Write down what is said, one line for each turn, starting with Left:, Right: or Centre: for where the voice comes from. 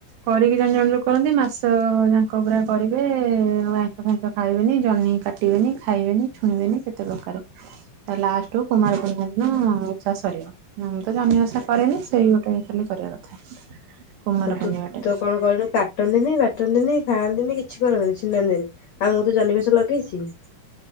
Right: କରିକି ଜଣେ ଜଣେ ଯୋଉ କରନ୍ତି ମାସ ଯାଙ୍କ ପୁରା କରିବେ ଆଇଁଶ ଫାଇଁଷ ଖାଇବେନି ଜହ୍ନି କାଟିବେନି ଖାଇବେନି ଛୁଇଁବେେନି କେତେ ପ୍ରକାରେ ତା ଲାଷ୍ଟ ହ କୁମାର ପୂର୍ଣ୍ଣିମା ଦିନ ଓଷା ସରିବ ମୁଁ ତ ଜହ୍ନି ଓଷା କରେନି ସେଇ ଗୋଟେ ଖାଲି କରିଆ କଥା। କୁମାର
Left: ଆଉ
Right: ପୂର୍ଣ୍ଣିମା
Left: ତୁ
Right: ଟା
Left: ତ୍ କଣ କଇଲୁ କାଟନ୍ତିନି ବାଟନ୍ତିନି ଖାଆନ୍ତିନି କିଛି କରନ୍ତିନି ଛିଣ୍ଡାନ୍ତିନି ଆଉ ମୁଁ ତ ଜହ୍ନିଗଛ ଲଗେଇଚି।